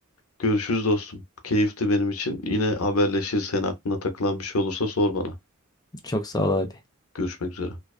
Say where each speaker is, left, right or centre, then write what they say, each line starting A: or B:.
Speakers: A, on the left; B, on the left.
A: Görüşürüz dostum. Keyifti benim için. Yine haberleşirsen aklına takılan bir şey olursa sor bana.
B: Çok sağ ol abi.
A: Görüşmek üzere.